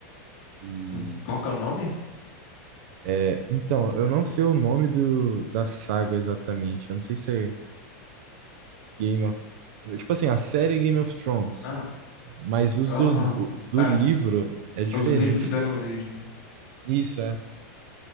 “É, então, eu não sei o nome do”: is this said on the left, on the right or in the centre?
Right